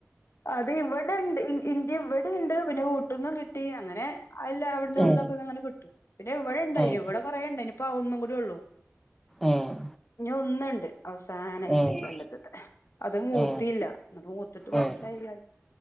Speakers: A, on the left; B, in the centre.
A: അത് ഇവടെണ്ട്. ഇന്റെ ഇവിടെണ്ട് പിന്നെ വീട്ട്ന്നും കിട്ടി. അങ്ങനെ അല്ല അവിട്ന്നും ഇവട്ന്നൊക്കെ
B: ഏഹ്
A: ങ്ങനെ കിട്ടും പിന്നെ ഇവടെണ്ടായിനു
B: ഏഹ്
A: ഇവടെ കൊറേണ്ടായിനു. പ്പ ഒന്നും കൂടിഒള്ളു
B: ഏഹ്
A: ഒന്നണ്ട് അവസാനായിറ്റ്
B: ഏഹ്
A: ഈ കൊല്ലത് ത്തെ. അത് മൂത്തീല്ല
B: ഏഹ്
A: മൂത്ത്ട്ട് പർച്ചായ്യ
B: ഏഹ്